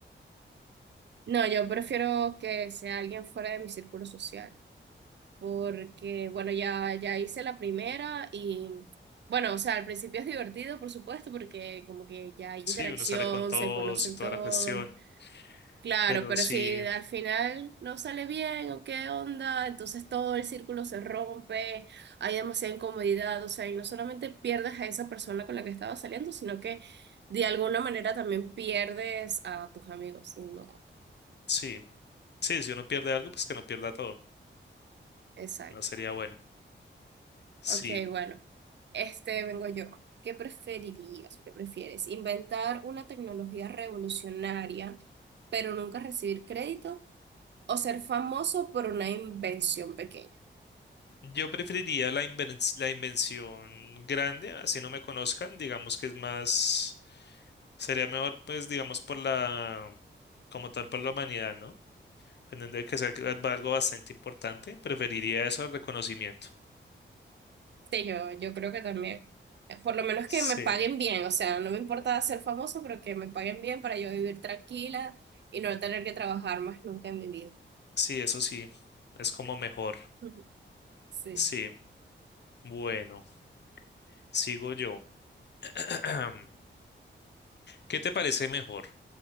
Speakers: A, on the right; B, on the left.
A: No, yo prefiero que sea alguien fuera de mi círculo social, porque bueno, ya, ya hice la primera y bueno, o sea, al principio es divertido, por supuesto, porque como que ya hay interacción,
B: Sí, uno sale con todos
A: se conocen
B: y toda
A: todos,
B: la cuestión,
A: claro,
B: pero
A: pero
B: sí,
A: si al final no sale bien o qué onda, entonces todo el círculo se rompe, hay demasiada incomodidad, o sea, y no solamente pierdes a esa persona con la que estabas saliendo, sino que de alguna manera también pierdes a tus amigos, y no,
B: sí, sí, si uno pierde algo, pues que no pierda todo,
A: exacto.
B: no sería bueno. Sí,
A: Ok, bueno, este vengo yo. ¿Qué preferirías o qué prefieres? ¿Inventar una tecnología revolucionaria, pero nunca recibir crédito? ¿O ser famoso por una invención pequeña?
B: yo preferiría la inven- la invención grande, así no me conozcan, digamos que es más, sería mejor, pues digamos por la, como tal, por la humanidad, ¿no? Dependiendo de que sea que- algo bastante importante, preferiría eso al reconocimiento.
A: Sí, yo, yo creo que también. eh, Por lo menos
B: Sí,
A: que me paguen bien, o sea, no me importa ser famoso, pero que me paguen bien para yo vivir tranquila y no tener que trabajar más nunca en mi vida.
B: sí, eso sí, es como mejor.
A: <laughs> Sí.
B: Sí, bueno, sigo yo. <clears throat> ¿Qué te parece mejor?